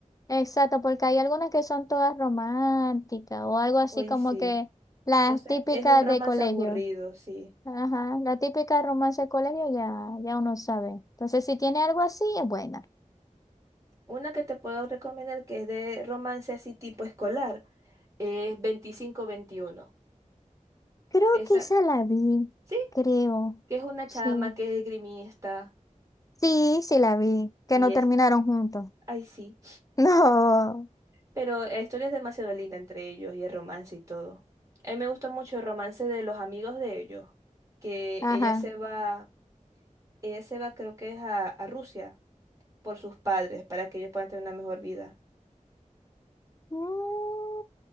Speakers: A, on the left (about 25°); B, on the right (about 25°).
A: exacto, porque hay algunas que son todas románticas o algo así
B: Hoy
A: como
B: sí.
A: que las
B: Entonces,
A: típicas
B: es un romance
A: de colegio.
B: aburrido, sí.
A: Ajá, la típica romance de colegio ya, ya uno sabe. Entonces, si tiene algo así, es buena.
B: Una que te puedo recomendar que es de romance así tipo escolar es veinticinco veintiuno
A: Creo
B: Esa,
A: que esa la vi,
B: sí,
A: creo.
B: que es una
A: Sí,
B: chama que es grimista.
A: sí, sí la vi,
B: Sí,
A: que no
B: es,
A: terminaron juntos.
B: ay, sí.
A: <laughs> No,
B: Pero la historia es demasiado linda entre ellos y el romance y todo. A mí me gusta mucho el romance de los amigos de ellos, que
A: ajá.
B: ella se va, ella se va, creo que es a, a Rusia por sus padres para que ellos puedan tener una mejor vida.
A: Mm,